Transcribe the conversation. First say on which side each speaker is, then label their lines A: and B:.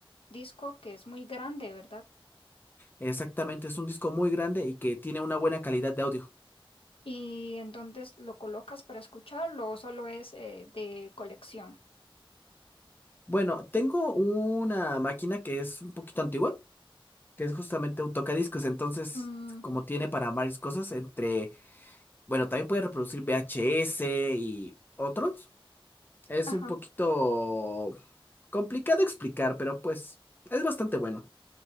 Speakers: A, on the left; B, on the left.
A: disco que es muy grande, ¿verdad?
B: Exactamente, es un disco muy grande y que tiene una buena calidad de audio.
A: ¿Y en dónde lo colocas para escucharlo o solo es eh, de colección?
B: Bueno, tengo una máquina que es un poquito antigua, que es justamente un tocadiscos, entonces
A: Mm,
B: como tiene para varias cosas, entre, bueno, también puede reproducir VHS y otros. Es
A: ajá.
B: un poquito complicado explicar, pero pues es bastante bueno.